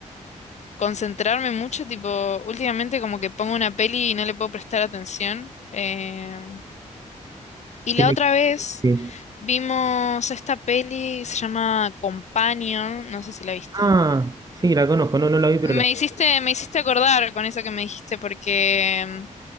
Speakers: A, on the left; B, on the right.
A: concentrarme mucho, tipo, últimamente como que pongo una peli y no le puedo prestar atención. Eh, y
B: Tiene
A: la otra vez
B: que...
A: vimos esta peli, se llama Companion, no sé si la viste.
B: Ah, sí, la conozco. No, no la vi, pero
A: Me
B: la...
A: hiciste, me hiciste acordar con eso que me dijiste, porque